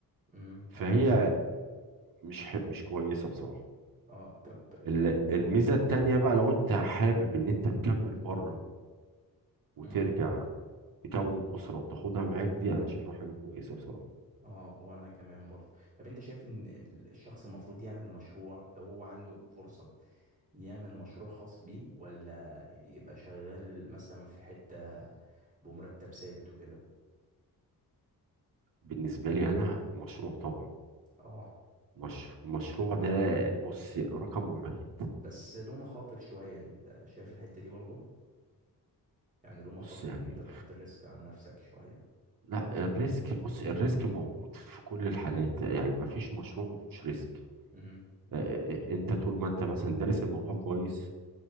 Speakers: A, on the right (about 20°); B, on the right (about 65°).
A: امم
B: فهي
A: حاجة وحشة جدا
B: مش ح... مش كويسة بصراحة
A: اه طب
B: ال-
A: طب
B: الميزة التانية بقى لو انت حابب ان انت تكمل بره وترجع
A: امم
B: تكون أسرة وتاخدها معاك دي أنا شايفها حاجة كويسة بصراحة
A: اه وانا كمان برضه طب انت شايف ان ال- الشخص المفروض يعمل مشروع لو هو عنده فرصة يعمل مشروع خاص بيه ولا يبقى شغال مثلا في حتة بمرتب ثابت وكده
B: بالنسبة لي أنا مشروع طبعا
A: اه
B: مش... مشروع ده بص رقم واحد
A: بس له مخاطر شوية انت شايف الحتة دي برضه يعني له مخاطر
B: بص يعني
A: ان انت بتحط الريسك على نفسك شوية
B: لا الريسك بص الريسك موجود في كل الحالات يعني ما فيش مشروع ما فيهوش ريسك
A: امم
B: آه، انت طول ما انت مثلا دارس الموضوع كويس